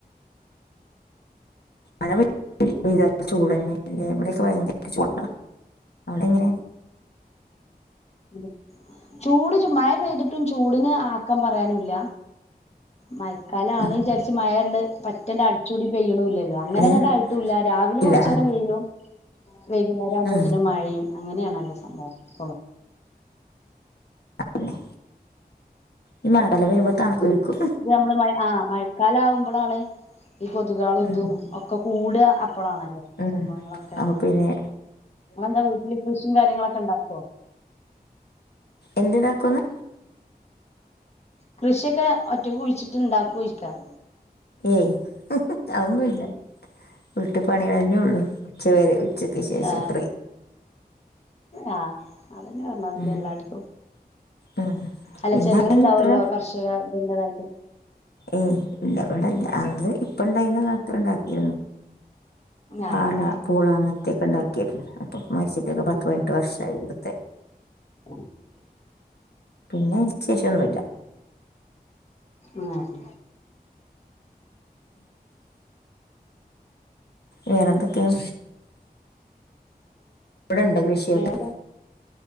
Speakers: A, on the left; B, on the left.
A: അവിടെത ചൂടന്നെല്ല ഇവിടെയൊക്കെ ഭയങ്കര ചൂട അവിടെ എങ്ങനെയ
B: ഉം ചൂട് മഴ പെയ്തിട്ടും ചൂടിന് ആക്കം പറയാനുല്ല മയക്കാലം
A: ഉം.
B: ആണ് വിചാരിച്ച മഴുണ്ട് പറ്റൂല്ലേ അടിച്ചൂടി പെയ്യണില്ലല്ലോ അങ്ങനെ
A: ഏയ്
B: അങ്ങോട്ട ആയിട്ടുംല്ല രാവിലെ
A: ഇല്ല
B: കൊറച്ച
A: ആ.
B: നേരം വെയിലും വൈകുന്നേരം ആവകുമ്പോത്തേനു
A: ഉം.
B: മഴയും അങ്ങനെയാണല്ലോ സംഭവം ഇപ്പളും
A: പിന്നെ ഈ മഴക്കാലം വരുമ്പോ തണുക്കും.
B: നമ്മൾ ആ മഴക്കാല ആകുമ്പോഴാണ് ഈ കൊതുകുകളും
A: ഉം.
B: എന്തും ഒക്കെ കൂടാ. ഇപ്പോഴാണല്ലോ
A: ഉം.
B: സംഭവങ്ങളൊക്കെ
A: അപ്പൊ പിന്നെ
B: നിങ്ങെളെന്താ വീട്ടില് കൃഷിയും കാര്യങ്ങളൊക്കെ ഇണ്ടാക്കോ?
A: എന്തിനാക്കൂന്നു
B: കൃഷിയൊക്കെ ഒറ്റക്ക് കുഴിച്ചിട്ട് ഇണ്ടാക്കുവോ ഇരിക്കാം
A: ഏയ് അതൊന്നുമില്ല വീട്ടു പണികഴിഞ്ഞേ ഉള്ളു ഉച്ച വരെ ഉച്ചക്ക് ശേഷം
B: ആ
A: ഫ്രീ
B: ആഹ് അതന്നെ പറഞ്ഞാതി
A: ഉം
B: എല്ലായിടത്തും
A: ഉം
B: അല്ല
A: പിന്നെ
B: ചെലവരു
A: അതിനത്ര
B: ഇണ്ടാവല്ലോ കർഷ ഇത്ണ്ടതായിട്ട്
A: ഏയ് ഇല്ല അവിടെ ഇല്ല അത് ഇപ്പണ്ടായിരുന്ന കാലത്ത് ഉണ്ടാക്കിയിരുന്നു.
B: ആഹ്
A: പാഴ പൂള അങ്ങനത്തെയൊക്കെ ഉണ്ടാക്കിരുന്നു. ഇപ്പൊ ഉപ്പ മരിച്ചിട്ടൊക്കെ പത്ത് പതിനെട്ട് വർഷായി ഇവിടുത്തെ
B: ഉം
A: പിന്നെ വിശേഷംഒന്നുല്ല
B: ഉം ആഹ്
A: വേറെന്തൊക്കെയാ ഉണ്ട് കൃഷിയൊക്കെ
B: വേറെ